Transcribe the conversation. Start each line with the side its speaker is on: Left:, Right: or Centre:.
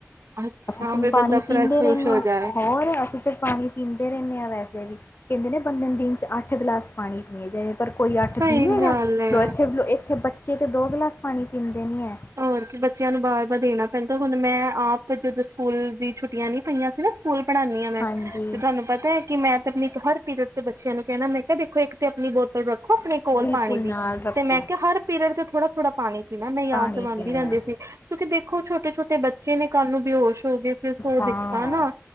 Right: ਅੱਛਾ
Left: ਅਸੀਂ ਤਾ
Right: ਵੀ
Left: ਪਾਣੀ
Right: ਬੰਦਾ ਫਰੈਸ਼
Left: ਪੀਂਦੇ
Right: ਫਰੁਸ਼
Left: ਰਹਿਣੇ
Right: ਹੋ
Left: ਆ
Right: ਜਾਏ
Left: ਹੋਰ ਅਸੀਂ ਤਾਂ ਪਾਣੀ ਪੀਂਦੇ ਰਹਿਨੇ ਆ ਵੈਸੇ ਵੀ ਕਹਿੰਦੇ ਨੇ ਬੰਦੇ ਨੂੰ ਦਿਨ ਚ ਅੱਠ ਗਲਾਸ ਪਾਣੀ ਪੀਏ ਜਾ ਪਰ ਕੋਈ ਅੱਠ
Right: ਸਹੀ
Left: ਪੀ ਲੇਗਾ
Right: ਗੱਲ ਏ
Left: ਇੱਥੇ ਬੱਚੇ ਤਾਂ ਦੋ ਗਲਾਸ ਪਾਣੀ ਪੀਂਦੇ ਨੀ ਐ
Right: ਹੋਰ ਕੀ ਬੱਚਿਆਂ ਨੂੰ ਬਾਰ ਵਾਰ ਦੇਣਾ ਪੈਂਦਾ ਹੁਣ ਮੈਂ ਆਪ ਜਦੋਂ ਸਕੂਲ ਦੀ ਛੁੱਟੀਆਂ ਨੀ ਪਈਆਂ ਸੀ ਨਾ ਸਕੂਲ ਪੜ੍ਹਾਂਨੀ ਆ ਮੈਂ
Left: ਹਾਂਜੀ
Right: ਤੇ ਤੁਆਨੂੰ ਪਤਾ ਕਿ ਮੈਂ ਤੇ ਆਪਣੀ ਹਰ ਪੀਰਡ ਤੇ ਬੱਚਿਆਂ ਨੂੰ ਕਹਿਣਾ ਮੈਂ ਕਿਆ ਦੇਖੋ ਇੱਕ ਤੇ ਆਪਣੀ ਬੋਤਲ ਰ ਖੋ ਆਪਣੇ ਕੋਲ
Left: ਬਿਲਕੁਲ
Right: ਪਾਣੀ
Left: ਨਾਲ
Right: ਦੀ
Left: ਰੱਖੋ
Right: ਤੇ ਮੈਂ ਕਿਆ ਹਰ ਪੀਰੀਅਡ ਤੇ ਥੋੜਾ ਥੋੜਾ ਪਾਣੀ ਪੀਣਾ ਮੈਂ ਯਾਦ
Left: ਪਾਣੀ
Right: ਖਾਦੀ
Left: ਪੀਣਾ
Right: ਰਹਿੰਦੀ ਸੀ। ਕਿਉਂਕਿ ਦੇਖੋ ਛੋਟੇ ਛੋਟੇ ਬੱਚੇ ਨੇ ਕੱਲ੍ਹ ਨੂੰ ਬੇਹੋਸ਼ ਹੋ ਗਏ ਫੇਰ ਸੋ
Left: ਹਾਂ
Right: ਦਿੱਤਾ ਨਾ